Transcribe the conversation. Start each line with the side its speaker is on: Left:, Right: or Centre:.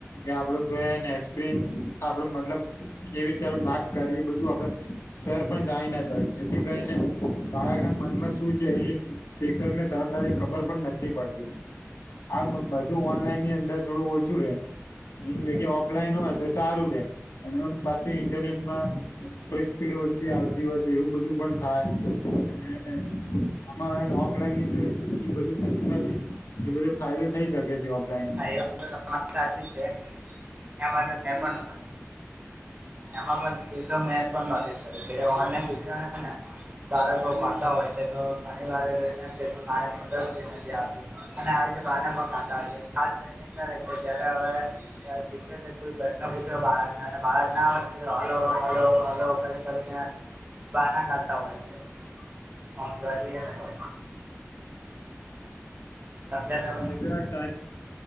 Left: એ આપડું એક્સપરય આપડે મતલબ કેવી રીતે આપ વાત કરીએ બધું આપડે સર પણ જાયના સર જેથી કરીને બાળક ના મનમાં શું છે એ શિક્ષકને સરળતાથી ખબર પણ નથી પડતી. આ બધું ઓનલાઈનની અંદર થોડું ઓછું રે. જગ્યા ઓફલાઈન હોય તો સારું રે અને પાછું ઇન્ટરનેટમાં થોડી સ્પીડ ઓચી આવતી હોય એવું બધું પણ થાય અને આમાં ઓફલાઈન બધું થતું નથી એ બધો ફાયદો થઈ શકે છે. ઓફલાઈનની
Right: હા,
Left: અંદર
Right: એ વાત તો તમારી સાચી જ છે એમાં તો મેં પણ એમાં પણ મે પણ નોટિસ કરી છે ઓનલાઇન શિક્ષણને બાળકો બાતા હોય છે તો ઘણી વાર એમ કે મારે નોટસ બી નથી આવતી. અને આવી રીતે બાના પણ ખાતા હોય છે ખાસ કરીને ક્યાય કે જયારે હવે યાર શિક્ષકે એ કોઈ પ્રશ્ન પૂછ્યો બાળકને અને બાળક ના આવ હલો હલો હલો કરી કરીને બાના કાઢતા હોય છે મોવા જઈએ ને તો. સમજ્યા તમે
Left: હ, એબી વાત તારી